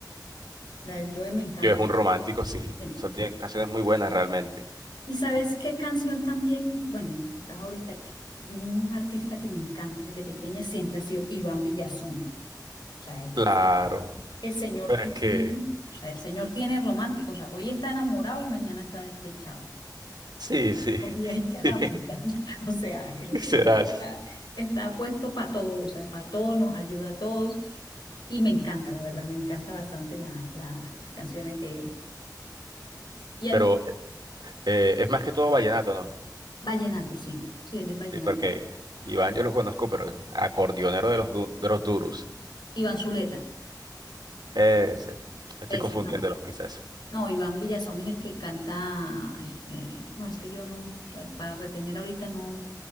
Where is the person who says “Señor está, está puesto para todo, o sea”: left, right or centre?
Left